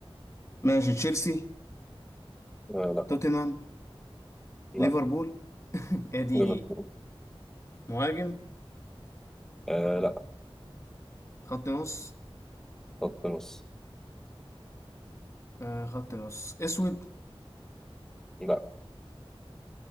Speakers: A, on the left; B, in the centre.
A: ماشي تشيلسي
B: آه لا
A: توتنهام
B: لا
A: ليفربول <laughs> اديني
B: ليفربول
A: مهاجم
B: آه لا
A: خط نص
B: خط نص
A: آه خط نص اسود
B: لا